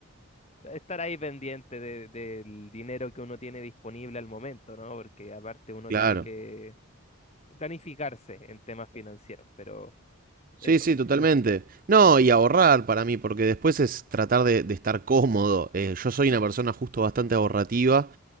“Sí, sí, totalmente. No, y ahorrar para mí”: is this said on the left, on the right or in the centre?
Right